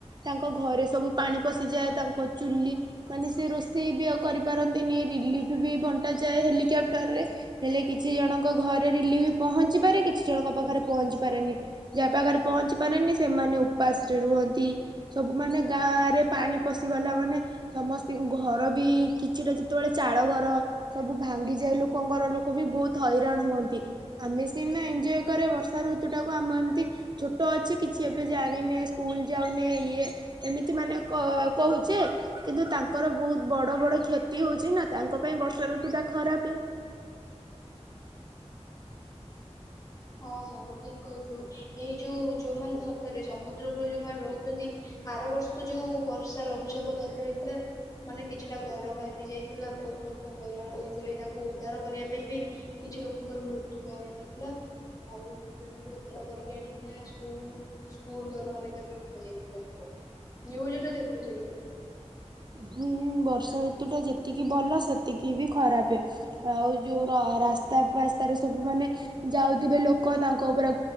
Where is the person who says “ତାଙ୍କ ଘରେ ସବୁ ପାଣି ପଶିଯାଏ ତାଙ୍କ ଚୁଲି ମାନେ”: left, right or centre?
Right